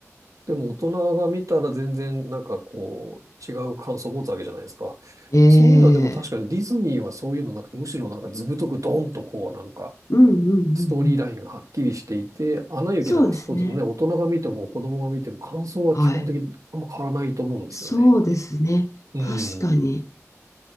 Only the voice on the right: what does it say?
でも大人が見たら全然なんかこう違う感想を持つわけじゃないですか。
そういうのはでも確かにディズニーはそういうのなくて、むしろなんか図太くドンとこうなんか
ストーリーラインがはっきりしていて、アナ雪なんかそうですね。
大人が見ても子供が見ても感想は基本的にあんま変わらないと思うんですよね。
うん。